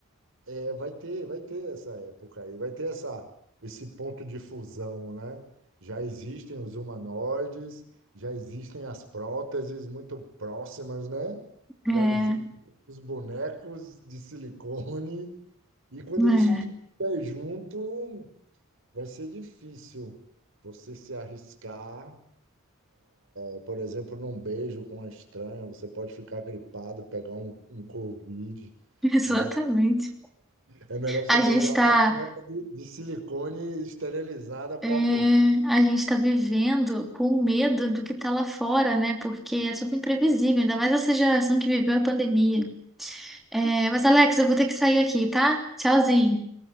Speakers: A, on the right (about 65°); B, in the centre.
A: É, vai ter, vai ter essa época aí, vai ter essa, esse ponto de fusão, né? Já existem os humanoides, já existem as próteses muito próximas, né?
B: É,
A: Já existem os bonecos de silicone, e quando
B: é,
A: isso tudo estiver junto, vai ser difícil você se arriscar. É, Por exemplo, num beijo com uma estranha, você pode ficar gripado, pegar um, um Covid,
B: <laughs> exatamente.
A: né? É melhor você
B: A
A: beijar
B: gente tá,
A: uma punheta de, de silicone esterilizada com
B: é,
A: álcool
B: a gente tá vivendo com medo do que tá lá fora, né? Porque é tudo imprevisível, ainda mais essa geração que viveu a pandemia. É, mas, Alex, eu vou ter que sair aqui, tá? Tchauzinho.